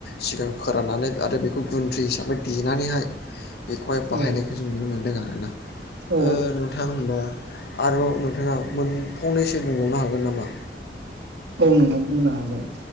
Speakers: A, on the left; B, on the right.
A: सिगां फोराननानै आरो बेखौ गुन्द्रि हिसाबै देनानैहाय बे
B: औ
A: बाहायनायखौ
B: औ
A: जों नुनो मोन्दों आरोना
B: औ
A: ओ नोंथां होनबा आरोबाव नोंथाङा मोन फंनैसो बुंबावनो हागोन नामा।
B: औ नोंथां बुंनो हागोन